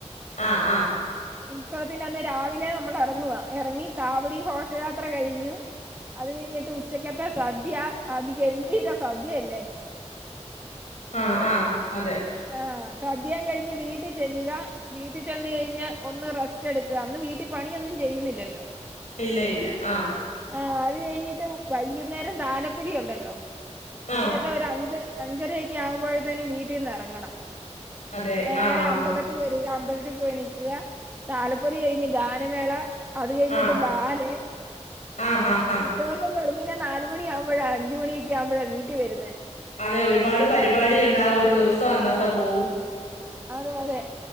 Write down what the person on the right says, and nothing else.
ഉത്സവത്തിന്റെ അന്ന് രാവിലെ നമ്മൾ ഇറങ്ങുവ ഇറങ്ങി കാവടി ഘോഷയാത്ര കഴിഞ്ഞു. അത് കഴിഞ്ഞിട്ട് ഉച്ചക്കത്തെ സദ്യ അതി ഗംഭീരം. സദ്യല്ലേ.
ആഹ് സദ്യം കഴിഞ്ഞ് വീട്ടിൽ ചെല്ലുക വീട്ടിൽ ചെന്ന് കഴിഞ്ഞ ഒന്ന് റെസ്റ്റ് എടുക്കുക അന്ന് വീട്ടിൽ പണിയൊന്നും ചെയ്യുന്നില്ലല്ലോ.
ആഹ് അത് കഴിഞ്ഞിട്ട് വൈകുന്നേരം താലപ്പൊലി ഉണ്ടല്ലോ അന്നേര
ഞ് അഞ്ച് അഞ്ചരൊക്കെ ആവുമ്പോഴത്തേനും വീട്ടിൽന്ന് ഇറങ്ങണം
നേരെ
അമ്പല വരിക അമ്പലത്തിൽ പോയി നിൽക്കുക താലപ്പൊലി കഴിഞ്ഞ് ഗാനമേള. അത് കഴിഞ്ഞിട്ട്
ബാല്
ദിവസം വെളുപിന്നെ നാലുമണിയാവുമ്പോഴ അഞ്ചു മണിയൊക്ക ആകുമ്പോഴ വീട്ടിൽ വരുന്നെ.
ആ
അതെ അതെ.